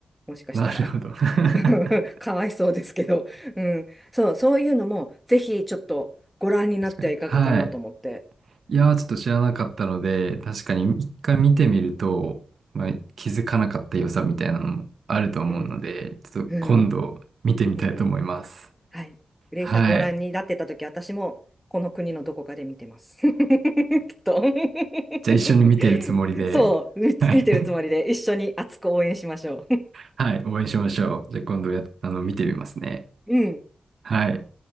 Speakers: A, in the centre; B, on the right (about 60°).
A: もしかしたら。
B: なるほど。<laughs> 確
A: <laughs> かわいそうですけど。うん。そう、そういうのも、ぜひちょっとご覧になってはいかがかなと思って。
B: かに。はい。いやー、ちょっと知らなかったので、確かに一回見てみると、
A: うん。
B: まあ、気づかなかった良さみたいなのもあると思うので、
A: うん。
B: ちょっと今度見てみたいと思います。
A: うん。うんはい。グレイさん、
B: はい。
A: ご覧になってたとき、私もこの国のどこかで見てます。<laughs> きっと。<laughs>
B: じゃあ一緒に見てるつもりで、
A: そう、み見てるつもりで、
B: はい。<laughs>
A: 一緒に熱く応援しましょう。<laughs>
B: はい、応援しましょう。じゃあ今度や、あの、見てみますね。
A: うん。
B: はい。